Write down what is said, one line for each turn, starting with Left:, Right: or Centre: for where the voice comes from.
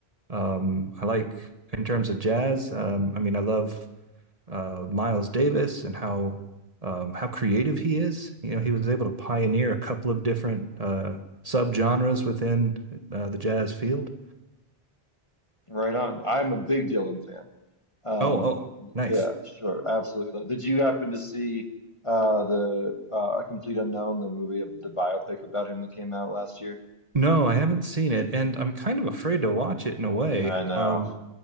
Right: Um, I like in terms of jazz. Um, I mean, I love uh, Miles Davis and how um, how creative he is. You know, he was able to pioneer a couple of different uh, subgenres within uh, the jazz field.
Left: Right on. I'm a big Dylan fan. Um,
Right: Oh, oh, nice.
Left: yeah, sure, absolutely. Did you happen to see uh, the uh, A Complete Unknown, the movie, the biopic about him that came out last year?
Right: No, I haven't seen it, and I'm kind of afraid to watch it in a way.
Left: I know.
Right: Um,